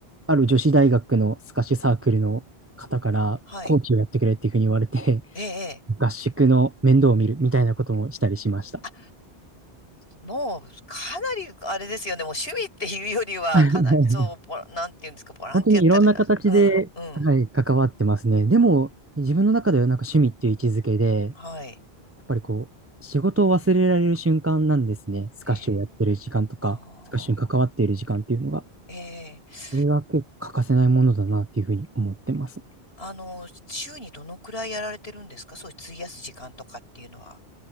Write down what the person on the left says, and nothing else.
はい。ええ。ええ
あ、もう、かなり、あれですよね。もう趣味っていうよりは、
かなり、そう、ボラなんていうんですか、ボランティアやったら、
あうん、うん。
はい。
ええ。ああ。
ええ。
あの、週にどのくらいやられてるんですかそういう費やす時間とかっていうのは。